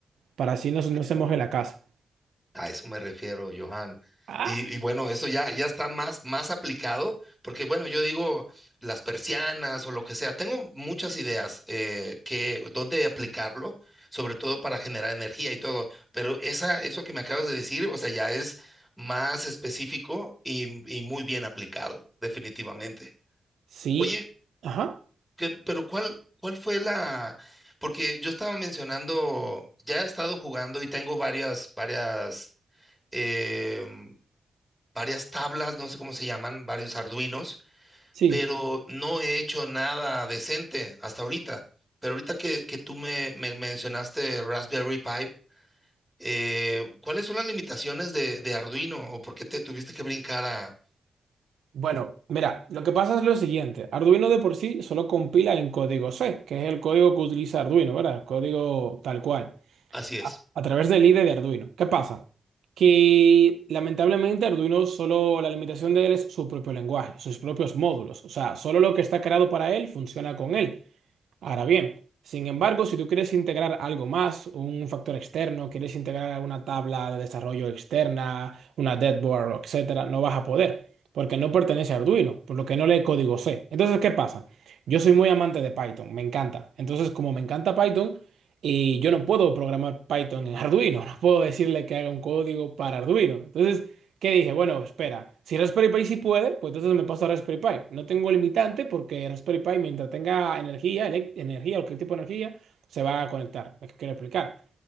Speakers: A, on the right; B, in the centre.
A: para así no, se- no se moje la casa.
B: A eso me refiero, Johan.
A: Ah,
B: Y, y bueno, eso ya, ya está más, más aplicado, porque bueno, yo digo las persianas o lo que sea. Tengo muchas ideas eh, que dónde aplicarlo, sobre todo para generar energía y todo. Pero esa, eso que me acabas de decir, o sea, ya es más específico y, y muy bien aplicado, definitivamente.
A: sí.
B: Oye,
A: Ajá.
B: que- pero ¿cuál, cuál fue la? Porque yo estaba mencionando, ya he estado jugando y tengo varias, varias. em, varias tablas, no sé cómo se llaman, varios Arduinos,
A: Sí.
B: pero no he hecho nada decente hasta ahorita. Pero ahorita que, que tú me, me mencionaste Raspberry Pi, eh, ¿cuáles son las limitaciones de, de Arduino o por qué te tuviste que brincar a...
A: Bueno, mira, lo que pasa es lo siguiente. Arduino de por sí solo compila en código C, que es el código que utiliza Arduino, ¿verdad? El código tal cual,
B: Así es.
A: a través del IDE de Arduino. ¿Qué pasa? Que lamentablemente Arduino solo, la limitación de él es su propio lenguaje, sus propios módulos. O sea, solo lo que está creado para él funciona con él. Ahora bien, sin embargo, si tú quieres integrar algo más, un factor externo, quieres integrar una tabla de desarrollo externa, una deadboard, etcétera, no vas a poder, porque no pertenece a Arduino, por lo que no lee código C. Entonces, ¿qué pasa? Yo soy muy amante de Python, me encanta. Entonces, como me encanta Python, y yo no puedo programar Python en Arduino, <laughs> no puedo decirle que haga un código para Arduino. Entonces, que dije, bueno, espera, si Raspberry Pi sí puede, pues entonces me paso a Raspberry Pi. No tengo limitante porque Raspberry Pi, mientras tenga energía, elec- energía o cualquier tipo de energía, se va a conectar. Es que quiero explicar.